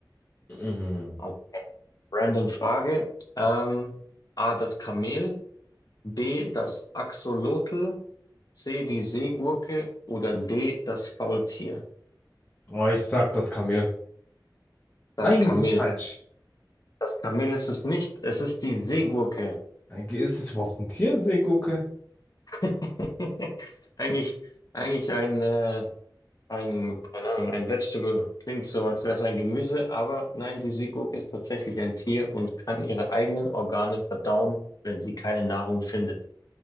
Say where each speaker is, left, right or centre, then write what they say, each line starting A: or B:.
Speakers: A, on the left; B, on the left.
A: Mhm.
B: Also, random Frage. Ähm, A, das Kamel, B, das Axolotl, C, die Seegurke oder D, das Faultier?
A: Oh, ich sag das Kamel.
B: Das
A: Nein,
B: Kamel.
A: das ist falsch.
B: Das Kamel ist es nicht, es ist die Seegurke.
A: Ist es überhaupt ein Tier, eine Seegurke?
B: <laughs> Eigentlich, eigentlich ein, äh, Ein, keine Ahnung, ein Vegetable klingt so, als wäre es ein Gemüse, aber nein, die Seegurke ist tatsächlich ein Tier und kann ihre eigenen Organe verdauen, wenn sie keine Nahrung findet.